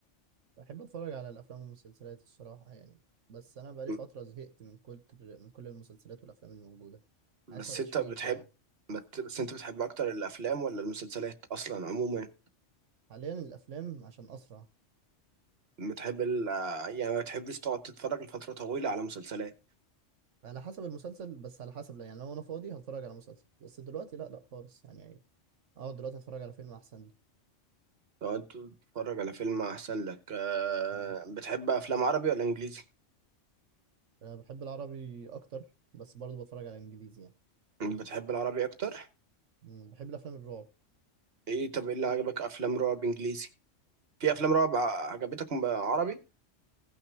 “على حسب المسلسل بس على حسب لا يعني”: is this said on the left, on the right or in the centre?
Right